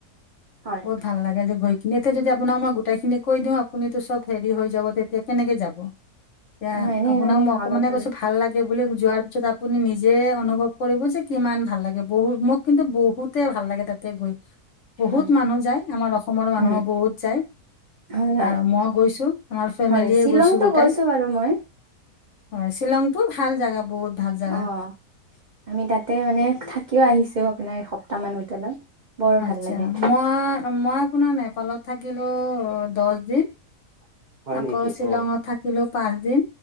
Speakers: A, on the right; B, on the left.
A: হয়
B: বহুত ভাল লাগে যে গৈ এনেটো যদি আপোনাক মই গোটেই খিনি কৈ দিওঁ আপুনিতটো চব হেৰি হৈ যাব। তেতিয়া কেনেকে যাব? এতিয়া
A: হয় এনে
B: আপোনাক
A: মানে
B: মই অকমানে
A: অলপ মানে
B: কৈছো ভাল লাগে বুলি যোৱাৰ পিছত আপুনি নিজ জেই অনুভৱ কৰিব যে কিমান ভাল লাগে, বহু মোক কিন্তু বহুতে ভাল লাগে তাতে গৈ। বহুত
A: হয়
B: মানুহ যায় আমাৰ অসমৰ মানুহো
A: উম
B: বহুত যায়।
A: হয় হয়
B: আৰু মই গৈছোঁ আমাৰ ফেমিলীয়ে
A: হয় শ্বিলংতো
B: গৈছোঁ গোটাই।
A: গৈছো বাৰু মই
B: হয়, শ্বিলংতটো ভাল জাগা বহুত। ভাল জাগা
A: অ', আমি তাতে মানে থাকিও আহিছো। আপোনাৰ এসপ্তাহ মান হোটেলত। বৰ
B: আচ্ছা,
A: ভাল লাগে।
B: মই মই আপোনাৰ নেপালত থাকিলোঁ দহ দিন।
A: <inaudible>
B: আকৌ শ্বিলঙত
A: অ
B: থাকিলো পাঁচদিন।